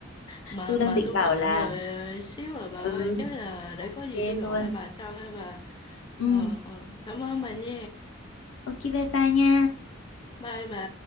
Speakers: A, on the left (about 25°); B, on the left (about 85°).
A: mà
B: tôi
A: mà
B: đang định
A: tôi
B: bảo
A: bận
B: là
A: rồi xíu rồi bà ơi,
B: ừ
A: chắc là để
B: ok
A: có gì tôi gọi
B: luôn
A: lại bà sau ha bà.
B: ừ
A: Ờ, ờ, cảm ơn bà nha.
B: ok bye bye nha
A: Bye bà.